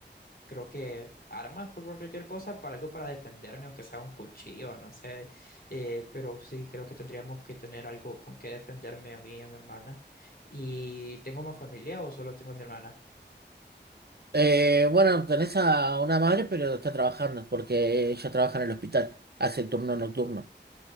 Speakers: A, on the left; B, on the right.
A: creo que armas pues, por cualquier cosa, para algo para defenderme, aunque sea un cuchillo, no sé. eh, pero sí, creo que tendríamos que tener algo con que defenderme a mí y a mi hermana. ¿Y tengo más familia o solo tengo a mi hermana?
B: Eh, bueno, tenés a una madre, pero está trabajando, porque ella trabaja en el hospital, hace el turno nocturno,